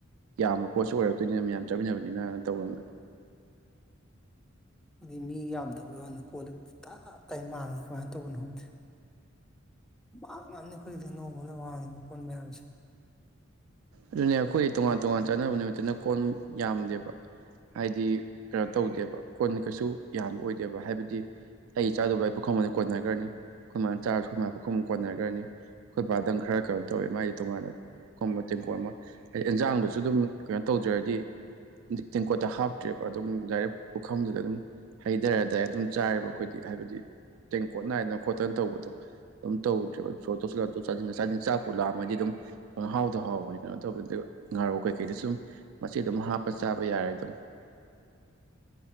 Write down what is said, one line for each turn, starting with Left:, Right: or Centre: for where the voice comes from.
Right: ꯌꯥꯝꯕ ꯄꯣꯠꯁꯨ ꯑꯣꯏꯔꯛꯇꯣꯏꯅ ꯃꯌꯥꯝ ꯆꯥꯃꯤꯟꯅꯕꯅꯤꯅ ꯇꯧꯕꯒꯅ
Centre: ꯍꯥꯏꯗꯤ ꯃꯤ ꯌꯥꯝꯗꯕꯩ ꯋꯥꯅꯤ ꯀꯣꯜꯂꯛꯇ ꯇꯥ ꯇꯥꯏ ꯃꯥꯡꯉꯤ ꯀꯃꯥꯏꯅ ꯇꯧꯕꯅꯣ ꯈꯣꯗꯦ ꯃꯥꯡꯉꯝꯅꯤ ꯍꯧꯈꯖꯤꯛꯇꯤ ꯅꯣꯡꯃꯗ ꯃꯥꯡꯉꯤꯕ ꯀꯣꯟ ꯃꯌꯥꯝꯁꯦ
Right: ꯑꯗꯨꯅ ꯑꯩꯈꯣꯏ ꯇꯣꯉꯥꯟ ꯇꯣꯉꯥꯟ ꯆꯥꯟꯅꯕ ꯅꯨꯃꯤꯠꯇꯅ ꯀꯣꯟ ꯌꯥꯝꯗꯦꯕ ꯍꯥꯏꯗꯤ ꯀꯩꯅꯣ ꯇꯧꯗꯦꯕ ꯀꯣꯟꯅ ꯀꯩꯁꯨ ꯌꯥꯝꯕ ꯑꯣꯏꯗꯦꯕ ꯍꯥꯏꯕꯗꯤ ꯑꯩ ꯆꯥꯗꯕ ꯑꯩ ꯄꯨꯈꯨꯝ ꯀꯣꯟꯅꯈ꯭ꯔꯅꯤ ꯑꯩꯈꯣꯏ ꯃꯥꯅ ꯆꯥꯔꯁꯨ ꯑꯩꯈꯣꯏ ꯃꯥ ꯄꯨꯈꯨꯝ ꯀꯣꯟꯅꯈ꯭ꯔꯅꯤ ꯑꯩꯈꯣꯏ ꯄꯕꯥꯗꯪ ꯈꯔ ꯀꯩꯅꯣ ꯇꯧꯋꯦ ꯃꯥꯁ ꯇꯣꯉꯥꯟꯅ ꯈꯕ ꯇꯦꯡꯀꯣꯠ ꯑꯃ ꯑꯗꯩ ꯑꯦꯟꯖꯥꯡꯗꯨꯁꯨ ꯑꯗꯨꯝ ꯀꯩꯅꯣ ꯇꯧꯗ꯭ꯔꯗꯤ ꯇꯦꯡꯀꯣꯠꯇ ꯍꯥꯞꯇ꯭ꯔꯤꯕ ꯑꯗꯨꯝ ꯗꯥꯏꯔꯦꯛ ꯄꯨꯈꯝꯗꯨꯗ ꯑꯗꯨꯝ ꯍꯩꯊꯔꯗꯥꯏ ꯑꯗꯨꯝ ꯆꯥꯔꯦꯔꯤꯕ ꯑꯩꯈꯣꯏꯗꯤ ꯍꯥꯏꯕꯗꯤ ꯇꯦꯡꯀꯣꯠ ꯅꯥꯏꯗꯅ ꯈꯣꯠꯇꯅ ꯇꯧꯕꯗꯣ ꯑꯗꯨꯝ ꯇꯧꯗ꯭ꯔ ꯆ ꯂꯥ ꯑꯗꯨꯝ ꯍꯥꯎ ꯇꯧꯕꯅꯤ ꯀꯩꯅꯣ ꯇꯧꯕꯗ ꯉꯥꯔꯨ ꯀꯩꯀꯩꯗ ꯁꯨꯝ ꯃꯁꯤ ꯑꯗꯨꯝ ꯍꯥꯞꯄ ꯆꯥꯕ ꯌꯥꯔꯦ ꯑꯗꯨꯝ